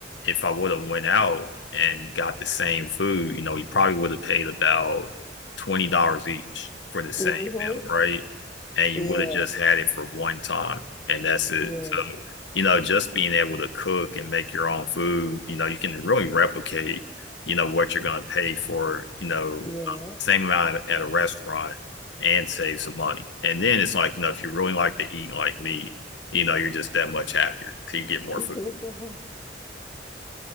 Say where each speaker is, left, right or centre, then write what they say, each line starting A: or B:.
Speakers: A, on the left; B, on the left.
A: if I would have went out and got the same food, you know, we probably would have paid about twenty dollars each for the same
B: Mm-hmm.
A: meal, right? And you
B: Yeah,
A: would have just had it for one time and that's it.
B: yeah,
A: So you know, just being able to cook and make your own food, you know, you can really replicate, you know, what you're going to pay for, you know,
B: yeah.
A: same amount at, a restaurant and save some money. And then it's like, you know, if you really like to eat like me, you know, you're just that much happier because you get more
B: <laughs>
A: food.